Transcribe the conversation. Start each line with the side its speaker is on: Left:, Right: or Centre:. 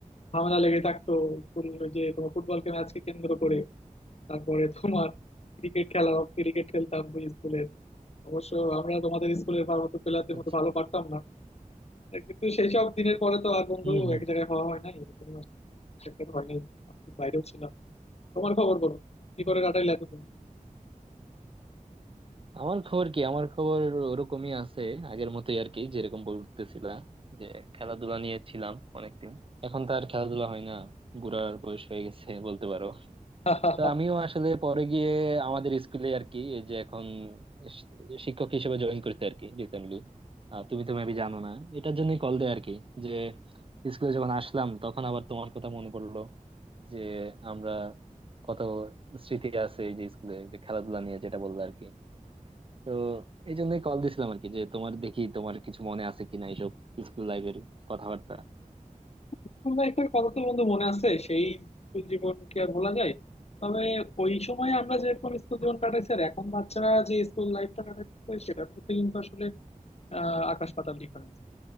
Left: ঝামেলা লেগে থাকতো স্কুল ওই যে তোমার ফুটবলকে ম্যাচকে কেন্দ্র করে তারপরে তোমার ক্রিকেট খেলা ক্রিকেট খেলতাম ওই স্কুলে অবশ্য আমরা তোমাদের স্কুলের ভালো প্লেয়ারদের
Right: আচ্ছা
Left: মতো ভালো পারতাম না কিন্তু সেই সব দিনের পরে তো আর বন্ধু
Right: হম হম
Left: এক জায়গায় হওয়া হয় নাই এরকম আর কি। সেটা তো হয় নাই আমি বাইরেও ছিলাম তোমার খবর বলো কি করে কাটাইলে এতদিন
Right: আমার খবর কি আমার খবর ওরকমই আছে আগের মতোই আর কি যেরকম বলতেছিলা যে খেলাধুলা নিয়ে ছিলাম অনেকদিন এখন তো আর খেলাধুলা হয় না বুড়ার বয়স হয়ে গেছে বলতে পারো
Left: <laughs>
Right: তো আমিও আসলে পরে গিয়ে আমাদের স্কুলে আর কি এই যে এখন শি- শিক্ষক হিসেবে জয়েন করতে আর কি রিসেন্টলি তুমি তো মেবি জানো না এটার জন্যই কল দেয় আর কি যে স্কুলে যখন আসলাম তখন আবার তোমার কথা মনে পড়লো যে আমরা কত স্মৃতি আছে এই যে স্কুলে যে খেলাধুলা নিয়ে যেটা বললো আর কি তো এই জন্যই কল দিছিলাম আর কি যে তোমার দেখি তোমার কিছু মনে আছে কিনা এইসব স্কুল লাইফের কথাবার্তা
Left: স্কুল লাইফের কথা তো বন্ধু মনে আছে সেই স্কুল জীবন কি আর বলা যায় তবে ওই সময় আমরা যেরকম স্কুল জীবন কাটাইছি আর এখন বাচ্চারা যে স্কুল লাইফটা কাটাচ্ছে সেটার মধ্যে কিন্তু আসলে আহ আকাশ পাতাল ডিফারেন্স